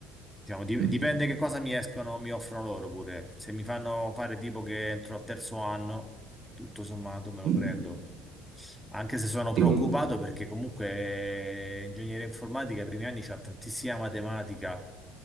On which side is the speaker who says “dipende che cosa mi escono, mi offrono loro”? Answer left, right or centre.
Centre